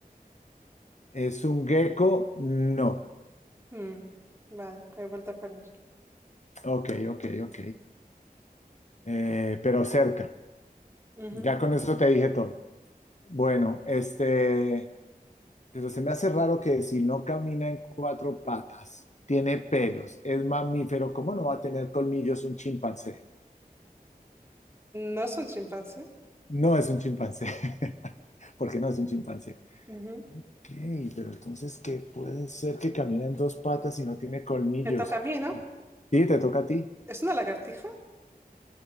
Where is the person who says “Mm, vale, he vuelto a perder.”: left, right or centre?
Right